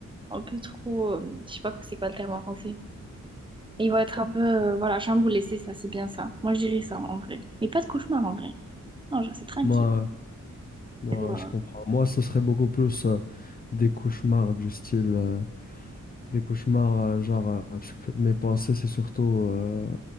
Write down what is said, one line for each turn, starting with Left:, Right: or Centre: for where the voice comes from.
Right: un peu trop, euh, je sais pas quoi- c'est quoi le terme en français. Ils vont être un peu, euh, voilà, chamboulés, c'est ça, c'est bien ça. Moi, je dirais ça en vrai. Mais pas de cauchemar en vrai. Non, genre c'est tranquille.
Left: Moi, moi,
Right: Genre, euh,
Left: je comprends. Moi, ce serait beaucoup plus euh, des cauchemars du style, euh, des cauchemars euh, genre, euh, parce que mes pensées, c'est surtout, euh,